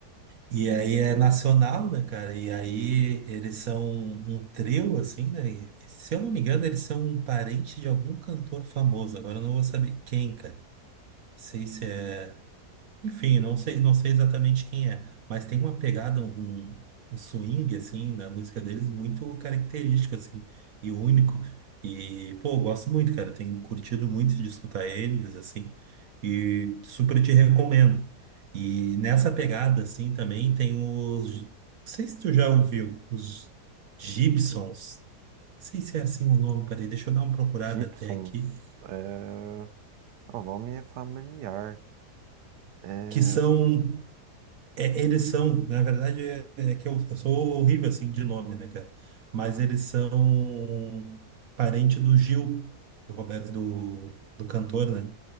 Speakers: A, on the right; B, on the right.
A: E aí é nacional, né, cara? E aí eles são um um trio, assim, né? E, se eu não me engano, eles são um parente de algum cantor famoso. Agora eu não vou saber quem, cara. Não sei se é. Enfim, não sei, não sei exatamente quem é, mas tem uma pegada, um, um swing, assim, na música deles muito característico, assim, e único. E, pô, eu gosto muito, cara. Tenho curtido muito de escutar eles, assim, e super te recomendo. E nessa pegada, assim, também tem os. Não sei se tu já ouviu, os Gibsons. Não sei se é assim o nome, peraí, deixa eu dar uma procurada
B: Gibsons.
A: até aqui.
B: É... cara, O nome é familiar. É...
A: Que são É, eles são, na verdade, é, é que eu, eu sou horrível assim de nome, né, cara? Mas eles são parente do Gil, do Roberto, do, do cantor, né?